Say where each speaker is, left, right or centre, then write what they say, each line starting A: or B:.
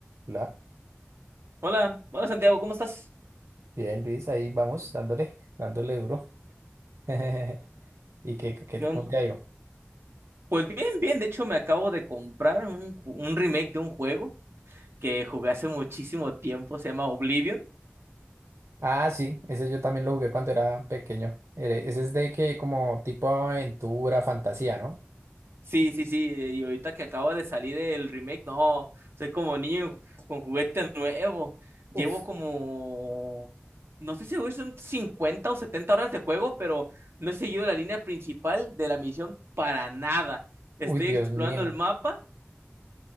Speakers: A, on the right (about 85°); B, on the right (about 60°).
A: La.
B: Hola, hola Santiago, ¿cómo estás?
A: Bien, Luis, ahí vamos, dándole, dándole duro. <laughs> ¿Y qué, qué,
B: Yo-
A: cómo te ha ido?
B: Pues bien, bien, de hecho me acabo de comprar un, ju- un remake de un juego que jugué hace muchísimo tiempo, se llama Oblivion.
A: Ah, sí, ese yo también lo jugué cuando era pequeño. Ere- Ese es de que como tipo aventura, fantasía, ¿no?
B: Sí, sí, sí, eh, y ahorita que acaba de salir el remake, no, soy como niño con juguete nuevo. Llevo
A: Uf,
B: como, no estoy seguro si son 50 o 70 horas de juego, pero no he seguido la línea principal de la misión para nada. Estoy
A: uy, Dios
B: explorando
A: mío.
B: el mapa.